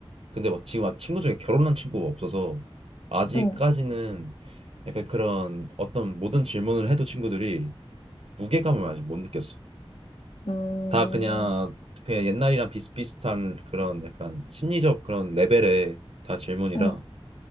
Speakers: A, on the right; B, on the left.
A: 근데 막 지금 막 친구 중에 결혼한 친구가 없어서 아직까지는
B: 응,
A: 약간 그런 어떤 모든 질문을 해도 친구들이 무게감을 아직 못 느꼈어.
B: 음,
A: 다 그냥 그냥 옛날이랑 비슷비슷한 그런 약간 심리적 그런 레벨의 다 질문이라
B: 음,